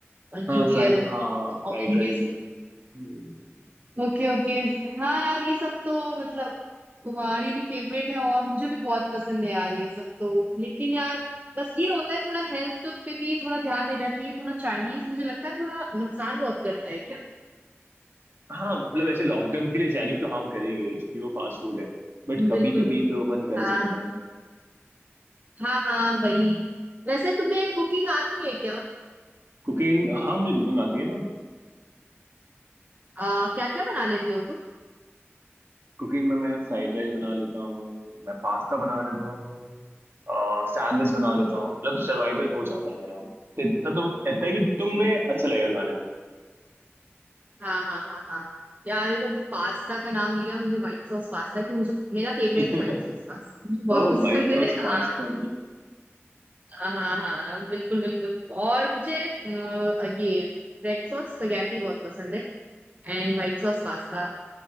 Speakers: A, on the right (about 35°); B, on the right (about 55°).
A: मंचूरियन
B: हाँ फ्राइड हाँ फ्राइड
A: और ये
B: राइस
A: सब
B: हम्म
A: Okay okay हाँ यार ये सब तो मतलब तुम्हारी भी फेवरेट है और मुझे भी बहुत पसंद है यार ये सब तो लेकिन यार बस ये होता है थोड़ा हेल्थ पे भी थोड़ा ध्यान देना चाहिए थोड़ा चाइनीज मुझे लगता है थोड़ा नुकसान बहुत करता है क्या
B: हाँ मतलब ऐसे लॉन्ग टर्म के लिए चाइनीज तो हम करेंगे ही क्योंकि वो फास्ट फूड है बट कभी
A: बिल्कुल
B: कभी
A: बिल्कुल
B: तो अपन कर ही
A: हाँ
B: सकते
A: हाँ
B: हैं
A: हाँ हाँ वही वैसे तुम्हें कुकिंग आती है क्या
B: कुकिंग हाँ मुझे कुकिंग आती है ना
A: आ, क्या क्या बना लेते हो तुम
B: कुकिंग में मैं फ्राइड राइस बना लेता हूँ मैं पास्ता बना लेता हूँ सैंडविच बना लेता हूँ मतलब सर्वाइवल हो जाता है मेरा तो इतना तुम इतना है कि तुम में अच्छा लगेगा खाने में
A: हाँ हाँ हाँ हाँ यार ये तो पास्ता का नाम लिया मुझे व्हाइट सॉस पास्ता कि मुझे मेरा फेवरेट
B: <laughs>
A: है व्हाइट सॉस पास्ता मुझे बहुत
B: ओह
A: पसंद
B: व्हाइट सॉस
A: है हाँ
B: पास्ता
A: हाँ हाँ हाँ बिल्कुल बिल्कुल और मुझे अ, ये रेड सॉस स्पेगेटी बहुत पसंद है And white sauce pasta